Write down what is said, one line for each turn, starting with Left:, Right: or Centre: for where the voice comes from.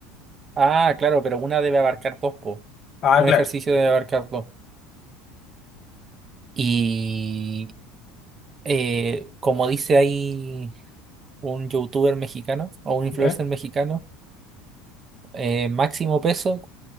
Right: Ah, claro, pero una debe abarcar dos, po.
Left: Ah,
Right: Un
Left: claro.
Right: ejercicio debe abarcar dos. Y eh, como dice ahí un youtuber mexicano o un influencer
Left: Ya,
Right: mexicano, eh, máximo peso